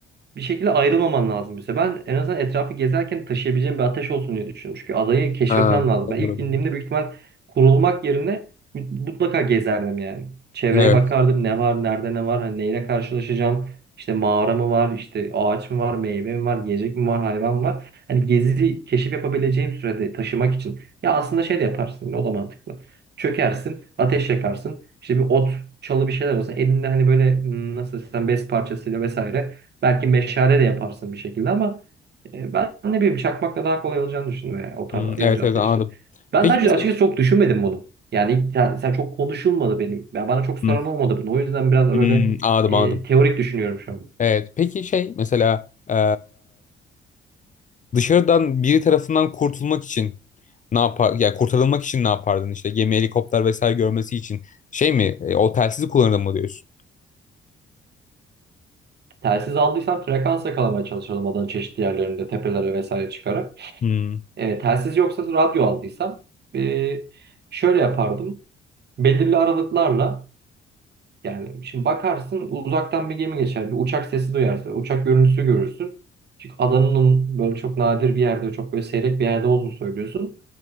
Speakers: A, on the right (about 55°); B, on the left (about 40°).
A: bir şekilde ayrılmaman lazım bize Ben en azından etrafı gezerken taşıyabileceğim bir ateş olsun diye düşünüyorum. Çünkü adayı keşfetmem
B: Ha,
A: lazım.
B: doğru.
A: Ben ilk indiğimde büyük ihtimal kurulmak yerine mutlaka gezerdim yani. Çevreye
B: Evet.
A: bakardım ne var, nerede ne var, hani neyle karşılaşacağım. İşte mağara mı var, işte ağaç mı var, meyve mi var, yiyecek mi var, hayvan mı var. Hani gezi, keşif yapabileceğim sürede taşımak için. Ya aslında şey de yaparsın, o da mantıklı. Çökersin, ateş yakarsın. İşte bir ot, çalı bir şeyler olsa elinde hani böyle hmm, nasıl desem bez parçasıyla vesaire Belki meşale de yaparsın bir şekilde ama e, ben ne bileyim çakmakla daha kolay olacağını düşündüm yani o tarz
B: Hmm,
A: yanıcı
B: evet evet
A: ateşte.
B: anladım.
A: Ben
B: Peki
A: daha önce
B: mesela
A: açıkçası çok düşünmedim bunu. Yani ilk- sen, sen çok konuşulmadı benim. Ya bana çok soran
B: hmm,
A: olmadı bunu. O yüzden biraz öyle
B: hmm, anladım
A: e,
B: anladım.
A: teorik düşünüyorum şu an.
B: Evet. Peki şey mesela eee, dışarıdan biri tarafından kurtulmak için Ne yapar? Yani kurtarılmak için ne yapardın işte? Gemi, helikopter vesaire görmesi için. Şey mi? E, o telsizi kullanırdım mı diyorsun?
A: Telsiz aldıysam frekans yakalamaya çalışalım adanın çeşitli yerlerinde tepelere vesaire çıkarak.
B: Hmm.
A: E, telsiz yoksa radyo aldıysam e, şöyle yapardım. Belirli aralıklarla Yani şimdi bakarsın uzaktan bir gemi geçer. Bir uçak sesi duyarsın. Uçak görüntüsü görürsün. Çünkü adanın böyle çok nadir bir yerde, çok böyle seyrek bir yerde olduğunu söylüyorsun.